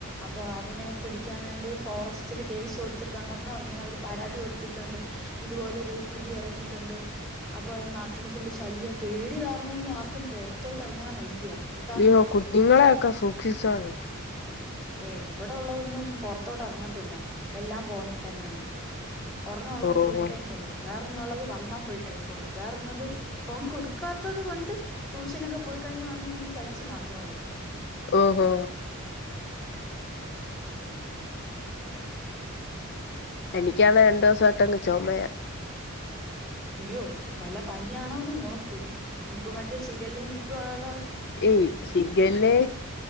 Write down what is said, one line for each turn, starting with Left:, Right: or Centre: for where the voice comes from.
Centre: അപ്പോ അതിനെ പിടിക്കാൻ വേണ്ടി ഫോറസ്റ്റിൽ കേസ് കൊടുത്തിട്ടുണ്ട വന്നോ ഇങ്ങനെ ഒരു പരാതി കൊടുത്തിട്ടുണ്ട് ഇതുപോലൊരു പുലി ഇറങ്ങിയിട്ടുണ്ട് <unintelligible> അപ്പൊത് നാ വീട്ടില് ഫുള്ള് ശല്യ പേടി കാരണം ഒന്നും ആർക്കും പുറത്തോട്ട് ഇറങ്ങാൻ വയ്യ അതാണ്
Left: അയ്യോ കുഞ്ഞുങ്ങളെയൊക്കെ സൂക്ഷിച്ചോണേ
Centre: ഏ ഇവിടെ ഉള്ളതൊന്നും പുറത്തോട്ട് ഇറങ്ങത്തില്ല എല്ലാം ഫോണി തന്നാണ് ഒരെണ്ണം ഉള്ളത്
Left: ഓഹോ
Centre: ഫുൾ ടൈം ഫോൺണില് വേറെന്നുള്ളത് വന്നാ ഫുൾ ടൈം ഫോണില് വേറൊന്നത് ഫോൺ കൊടുക്കാത്തത് കൊണ്ട് ട്യൂഷനൊക്കെ പോയി കഴിഞ്ഞ് വന്ന് ഇങ്ങനെ ചെലച്ച് നടന്നോളു
Left: ഓ ഓ എനിക്കാണേ രണ്ടുസായിട്ടെങ്ങ് ചോമയാ
Centre: അയ്യോ വല്ല പനിയാണോന്ന് നോക്ക് ഇപ്പൊ മറ്റേ ഷിഖലേ നിപ്പ യുളെ
Left: ഏയ് ശിഖല്ലേ